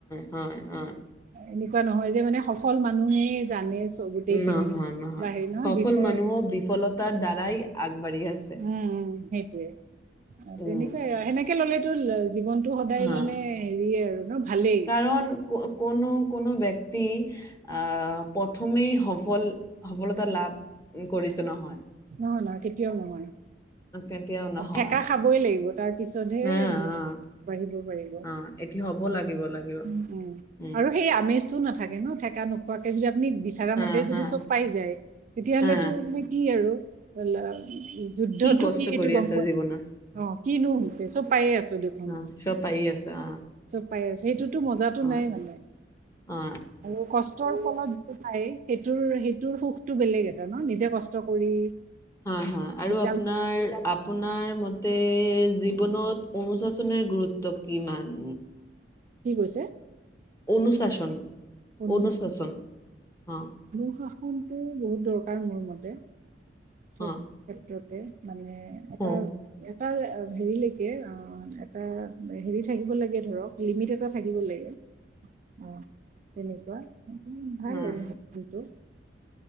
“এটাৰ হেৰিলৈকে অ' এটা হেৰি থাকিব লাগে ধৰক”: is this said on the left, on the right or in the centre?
Right